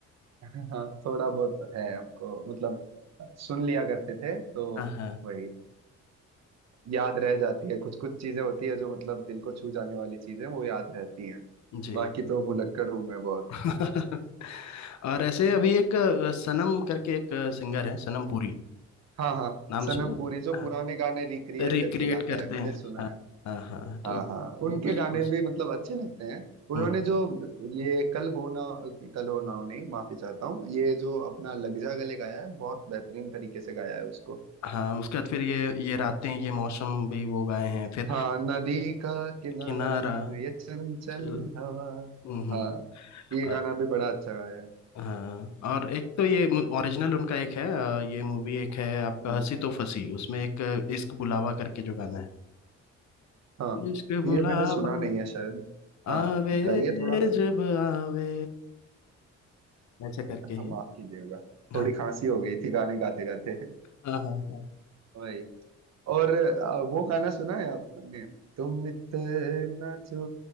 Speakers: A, on the right; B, on the left.
A: <laughs> हाँ थोड़ा बहुत है हमको मतलब सुन लिया करते थे तो
B: हाँ हाँ
A: वही याद रह जाती है कुछ कुछ चीजें होती है जो मतलब दिल को छू जाने वाली चीजें वो याद रहती हैं
B: जी
A: बाकी तो भुलक्कड़ हूं मैं बहुत
B: <laughs> और ऐसे अभी एक अ, सनम करके एक सिंगर है सनम पुरी
A: हाँ हाँ
B: नाम
A: सनम
B: सुनो
A: पुरी जो
B: हाँ
A: पुराने गाने रिक्रिएट
B: रिक्रिएट
A: करके गाता
B: करते
A: है मैंने
B: हैं
A: सुना
B: हाँ हाँ हाँ
A: हाँ
B: तो
A: हाँ
B: वो
A: उनके
B: भी
A: गाने
B: बहुत
A: भी मतलब अच्छे लगते हैं उन्होंने
B: हम्म हम्म।
A: जो ये कल हो ना कल हो ना हो नहीं माफी चाहता हूँ ये जो अपना लग जा गले गाया है बहुत बेहतरीन तरीके से गाया है उसको
B: हाँ उसके बाद फिर ये ये रातें ये मौसम भी वो गाए हैं फिर
A: हाँ नदी का किनारा
B: किनारा
A: ये चंचल
B: चल
A: हवा
B: हम्म
A: हाँ ये
B: और-
A: गाना भी बड़ा अच्छा गाया है
B: हाँ और एक तो ये ओरिजिनल उनका एक है अ, ये मूवी एक है आपका
A: हम्म,
B: हंसी तो फंसी उसमें एक अ, इश्क बुलावा करके जो गाना है
A: हाँ
B: इश्क
A: ये
B: बुलावा
A: मैंने सुना नहीं है शायद हाँ
B: आवे
A: गाइए थोड़ा
B: जब आवे ऐसा करके
A: हाँ माफ
B: है
A: कीजिएगा
B: हाँ
A: थोड़ी खांसी हो गई थी गाने गाते गाते
B: हाँ हाँ हाँ
A: वही और अ, वो गाना सुना है आपने तुम इतना जो